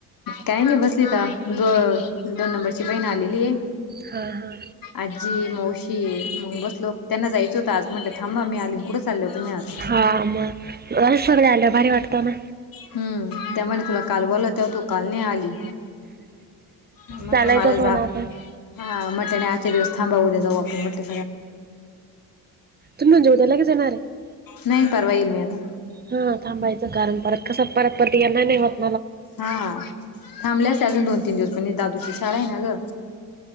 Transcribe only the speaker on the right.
हां हां
ह मग सगळ आल्या भारी वाटत ना
चालायचंच
हो
ना आपण
तुम्ही म्हणजे उद्या लगेच येणार आहे
हा थांबायचं कारण, परत कसं परत परत येना नाहीत